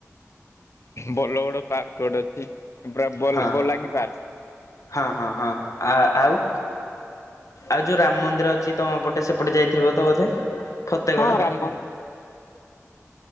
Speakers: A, on the left; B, on the left.
A: ବଲଗଡ ପାର୍କ ଗୋଟେ ଅଛି। ପୁରା
B: ହଁ
A: ବୋଲାଙ୍ଗୀ ପାର୍କ
B: ହଁ ହଁ ହଁ ଆ ଆଉ। ଆଉ ଯୋଉ ରାମ ମନ୍ଦିର ଅଛି ତମ ପଟେ ସେପଟେ ଯାଇଥିବତ ବୋଧେ। ଫତେଗଡ଼
A: ହଁ ରାମ ମ